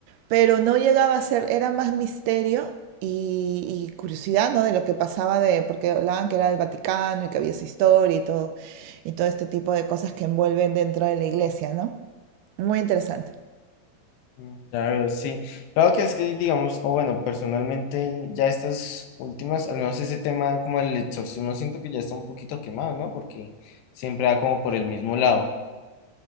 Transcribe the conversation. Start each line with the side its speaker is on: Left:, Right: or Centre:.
Right: pero no llegaba a ser, era más misterio y, y curiosidad, ¿no? De lo que pasaba de, porque hablaban que era del Vaticano y que había esa historia y todo, y todo este tipo de cosas que envuelven dentro de la iglesia, ¿no? Muy interesante.
Left: Mm, Ya veo, sí. Claro que es que, digamos, o bueno, personalmente ya estas últimas, al menos ese tema como el exorcismo, siento que ya está un poquito quemado, ¿no? Porque siempre va como por el mismo lado.